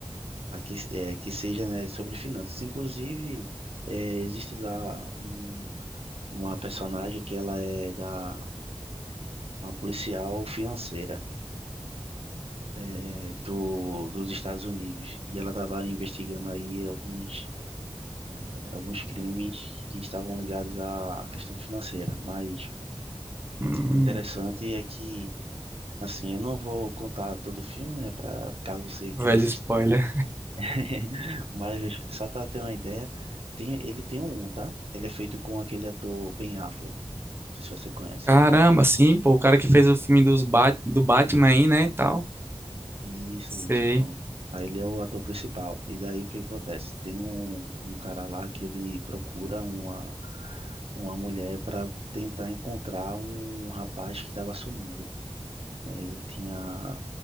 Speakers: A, on the right; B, on the right.
A: a que, é, que seja, né, sobre finanças. Inclusive, é, existe lá um uma personagem que ela é da uma policial financeira é, do, dos Estados Unidos e ela estava investigando aí alguns, é, alguns crimes que estavam ligados à questão financeira. Mas
B: Hum,
A: o interessante é que, assim, eu não vou contar todo o filme, é para caso você
B: velho
A: queira assistir,
B: spoiler.
A: <laughs> mas só para ter uma ideia, tem, ele tem um, tá? Ele é feito com aquele ator Ben Affleck, não sei se você conhece
B: Caramba,
A: ele.
B: sim, pô, o cara que fez o filme dos Bat do Batman aí, né, e tal.
A: Isso,
B: Sei.
A: isso, pronto. Aí ele é o ator principal. E daí o que acontece? Tem um, um cara lá que ele procura uma, uma mulher para tentar encontrar um rapaz que estava sumido, né? Ele tinha